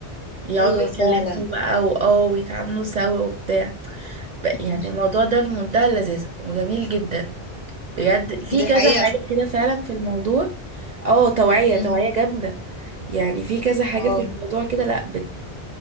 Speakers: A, on the right; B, on the left.
A: يقعدوا
B: ايوه
A: يتكلموا
B: فعلا
A: بقى واه ويتعاملوا سوا وبتاع ب-
B: <laughs>
A: يعني الموضوع ده في منتهى اللذاذه وجميل جدا بجد في
B: دي
A: كذا
B: حقيقة
A: حاجه كده فعلا في الموضوع اه توعيه
B: مم.
A: توعيه جامده يعني في كذا حاجه
B: اه
A: في الموضوع كده لا بت-